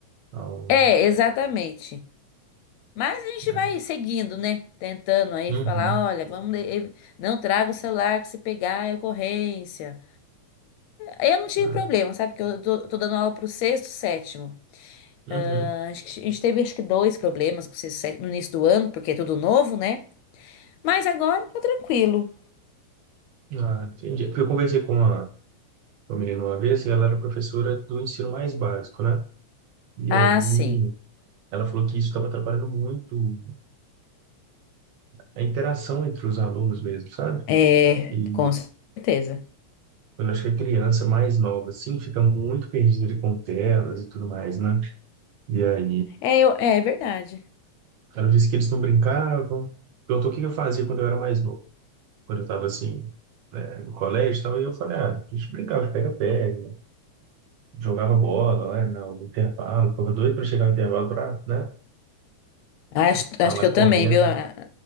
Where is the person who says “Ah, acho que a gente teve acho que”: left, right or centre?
Left